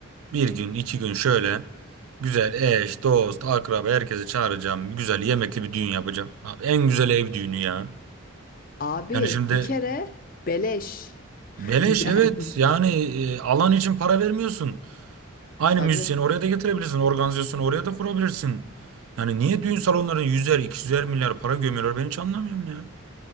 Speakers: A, on the right; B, on the left.
A: bir gün iki gün şöyle Güzel eş, dost, akraba herkesi çağıracağım. Güzel yemekli bir düğün yapacağım. Abi en güzel ev düğünü ya.
B: Abi
A: Yani şimdi
B: bir kere beleş <laughs>
A: beleş
B: yani
A: evet yani e, alan için para vermiyorsun. Aynı
B: tabii
A: müzisyeni oraya da getirebilirsin. Organizasyonu oraya da kurabilirsin. Yani niye düğün salonlarına yüzer, iki 200'er milyar para gömüyorlar ben hiç anlamıyorum ya.